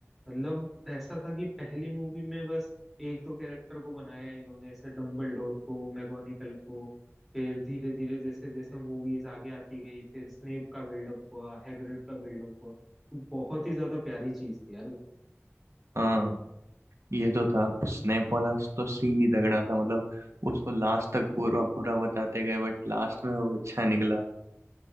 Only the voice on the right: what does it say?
हाँ ये तो था स्नेप वाला तो सीन ही तगड़ा था मतलब उसको लास्ट तक बुरा बुरा बताते गए बट लास्ट में वो अच्छा निकला